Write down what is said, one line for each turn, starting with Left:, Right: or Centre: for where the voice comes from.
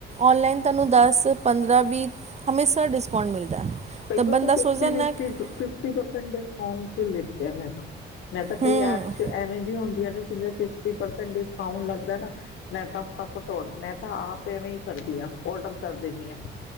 Right: ਓਨਲਾਈਨ ਤੁਹਾਨੂੰ ਦਸ ਪੰਦਰਾਂ ਵੀ ਹਮੇਸ਼ਾ ਡਿਸਕਾਂਟ ਮਿਲਦਾ ਹੈ।
Left: ਕਈ ਵਾਰ
Right: ਬੰਦਾ
Left: ਤਾਂ ਫਿਫਟੀ-ਫਿਫਟੀ,
Right: ਸੋਚਦਾ ਨਾ ਕਿ
Left: ਫਿਫਟੀ ਪਰਸੈਂਟ ਡਿਸਕਾਊਂਟ ਤੇ ਲਿੱਤੇ ਮੈਂ ਤਾ, ਮੈਂ ਤਾਂ ਕਈ
Right: ਹੂੰ
Left: ਐਪ ਚ ਐਵੇਂ ਜੀਆ ਹੁੰਦੀਆਂ ਨੇ ਜਿਵੇਂ ਫਿਫਟੀ ਪਰਸੈਂਟ ਡਿਸਕਾਉਂਟ ਲੱਗਦੈ ਐ ਨਾ ਮੈ ਤਾਂ ਫਟਾਫਟ ਓਡ ਮੈਂ ਤਾਂ ਆਪ ਐਵੇਂ ਈ ਕਰਦੀ ਆ ਔਡਰ ਕਰ ਦਿਨੀ ਆ